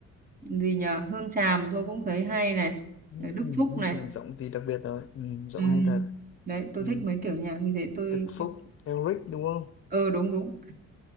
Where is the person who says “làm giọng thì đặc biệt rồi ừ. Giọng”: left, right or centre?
Left